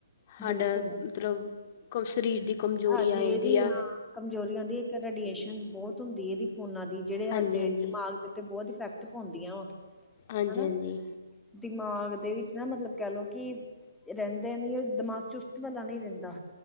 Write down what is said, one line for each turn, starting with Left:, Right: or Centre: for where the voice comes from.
Left: ਸਾਡਾ
Centre: ਬਿਲਕੁਲ।
Left: ਮਤਲਬ ਕੁਛ ਸਰੀਰ ਦੀ ਕਮਜ਼ੋਰੀ
Centre: ਹਾਂਜੀ
Left: ਆ
Centre: ਇਹਦੀ
Left: ਜਾਂਦੀ ਆ
Centre: ਹ ਕਮਜ਼ੋਰੀ ਆਉਂਦੀ ਇੱਕ ਰੇਡੀਏਸ਼ਨ ਬਹੁਤ ਹੁੰਦੀ ਇਹਦੀ ਫੋਨਾ ਦੀ ਜਿਹੜੇ
Left: ਹਾਂਜੀ
Centre: ਸਾਡੇ
Left: ਹਾਂਜੀ
Centre: ਦਿਮਾਗ ਤੇ ਬਹੁਤ ਇਫੈਕਟ ਪਾਉਂਦੀਆ ਵਾ
Left: ਹਾਂਜੀ,
Centre: ਹਨਾ
Left: ਹਾਂਜੀ।
Centre: ਦਿਮਾਗ ਦੇ ਵਿੱਚ ਨਾ ਮਤਲਬ ਕਹਿ ਲਓ ਕਿ ਰਹਿੰਦੇ ਨੀ ਉਹ ਦਿਮਾਗ ਚੁਸਤ ਵਾਲਾ ਨਹੀਂ ਰਹਿੰਦਾ।